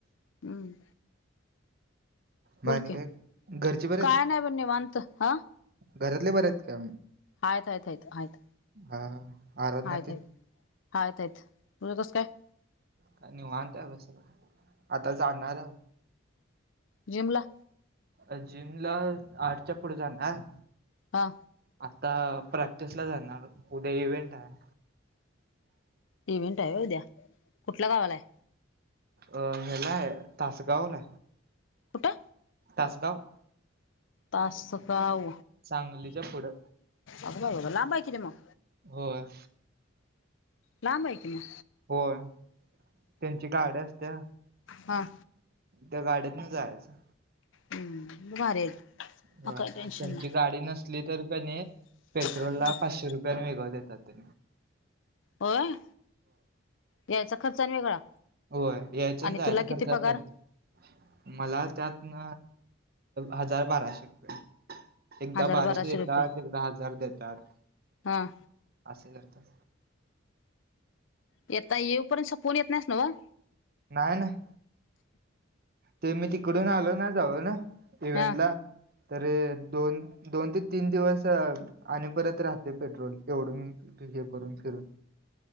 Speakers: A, on the left; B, on the right.
A: हम्म. बोल
B: मग आणि
A: की
B: काय? घरची बरेत?
A: काय नाही ब निवांत. हा.
B: घरातले बर आहेत का?
A: हायित हायित हायित.
B: हा. आराधना
A: हायित
B: तेन
A: हायित हायित हायित. तुझं कसं काय?
B: काय निवांत हाय ब सगळं‌. आता जाणार
A: जीमला.
B: अ जिमला आठच्या पुढे जाणार.
A: हा.
B: आता प्रॅक्टिस ला जाणार उद्या इव्हेंट हाय.
A: इव्हेंट हाय व्हय उद्या. कुठल्या गावाला हाय?
B: अ हेला हाय तासगावला.
A: कुठं
B: तासगाव.
A: तासगाव.
B: सांगलीच्या पुढं
A: अग बाई लांब हाय कि रे मग.
B: होय.
A: लांब आहे कि मग.
B: होय. त्यांची गाडी असत्या.
A: हा.
B: त्या गाडीतन जायाचं.
A: हम्म म भारी आहे.
B: व्हय.
A: मग काही टेन्शन
B: आणि त्यांची गाडी नसली तर कणी, पेट्रोल
A: नाही
B: ला पाचशे रुपये. तन वेगळं देत्यात ते.
A: होय. यायचा खर्चा आणि वेगळा.
B: होय, यायचं
A: आणि
B: न जायचा
A: तुला किती
B: खर्चा
A: पगार
B: त्यांचा. मला त्यातन हजार बाराशे रुपये. एकदा
A: हजार
B: बाराशे देतात,
A: रुपये
B: एकदा हजार देतात
A: हा
B: अस करतात.
A: येता येऊपर्यंत, संपवून येत नाहीस नव्ह?
B: नाही नाही. ते मी तिकडून आलो नाजाऊन, इव्हेंटला
A: हा
B: तर दोन दोन ते तीन दिवस आणि परत राहतय पेट्रोल, एवढून हे करून फिरून.